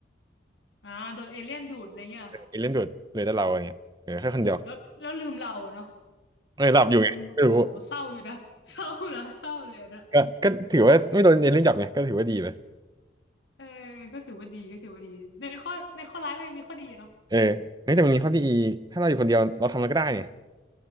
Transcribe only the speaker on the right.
เอเลี่ยนดูดเลยแต่เราอะไรเงี้ยเหลือแค่คนเดียว
เออหลับอยู่ไงไม่รู้
<laughs>
ก็ก็ถือว่าไม่โดนเอเลี่ยนจับไงก็ถือว่าดีไป
เออ้แต่มันมีข้อดีอีกถ้าเราอยู่คนเดียวเราทำอะไรก็ได้เนี่ย